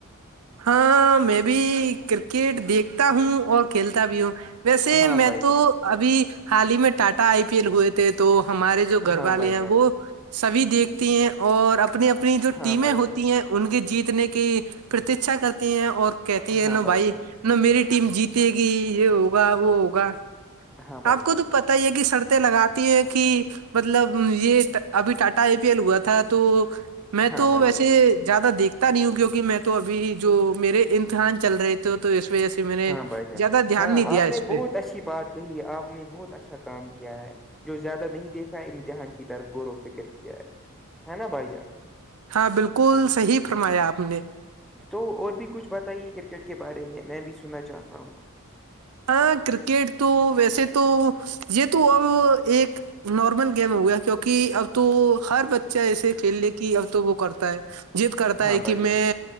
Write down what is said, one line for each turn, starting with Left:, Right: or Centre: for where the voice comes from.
Right: ہاں میں بھی کرکٹ دیکھتا ہوں اور کھیلتا بھی ہوں ویسے
Centre: ہاں
Right: میں
Centre: بھائی
Right: تو
Centre: جان
Right: ابھی حال ہی میں ٹاٹا آئی پی ایل ہوئے تھے تو ہمارے جو گھر
Centre: ہاں
Right: والے
Centre: بھائی
Right: ہیں
Centre: جان
Right: وہ سبھی دیکھتی ہیں اور اپنی اپنی جو
Centre: ہاں
Right: ٹیمیں
Centre: بھائی
Right: ہوتی
Centre: جان
Right: ہیں ان کے جیتنے کی پرتیھا کرتی ہیں اور کہتی ہیں
Centre: ہاں
Right: نا بھائی
Centre: جان
Right: نہ میری ٹیم جیتے گی یہ ہوگا وہ ہوگا
Centre: ہاں بھائی
Right: آپ
Centre: جان
Right: کو تو پتا ہی ہے کہ سرطیں لگاتی ہیں کہ مطلب یہ ابھی ٹاٹا آئی پی ایل ہوا تھا تو میں
Centre: ہاں
Right: تو
Centre: بھائی
Right: ویسے
Centre: جان
Right: زیادہ دیکھتا نہیں ہوں کیوںکہ میں تو ابھی جو میرے امتحان چل رہے تھ تو اس وجہ سے میں نے
Centre: ہاں بھائی جان
Right: زیادہ دھیان
Centre: ہاں
Right: نہیں دیا
Centre: آپ نے
Right: اس پہ
Centre: بہت اچھی بات کہی آپ نے بہت اچھا کام کیا ہے جو زیادہ نہیں دیکھ امتحان کی طرف غور و فکر کیا ہے نا بھائی جان
Right: ہاں بالکل صحیح فرمایا آپ نے
Centre: تو اور بھی کچھ بتائیے کرکٹ کے بارے میں میں بھی سننا چاہتا ہوں
Right: ہاں کرکٹ تو ویسے تو یہ تو اب ایک نارمل گیم ہو گیا کیوںکہ اب تو ہر بچہ ایسے کھیل لے کہ اب تو وہ کرتا ہے جید کرتا
Centre: ہاں
Right: ہے
Centre: بھائی
Right: کہ
Centre: جان
Right: میں